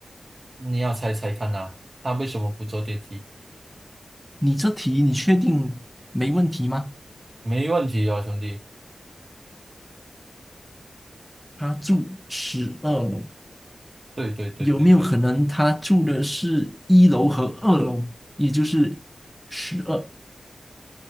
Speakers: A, on the right; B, in the centre.
A: 你要猜猜看呐、他为什么不坐电梯？
B: 你这题你确定没问题吗？
A: 没问题哦，兄弟，
B: 他住十二楼，
A: 对对对对对，
B: 有没有可能他住的是一楼和二楼，也就是十二？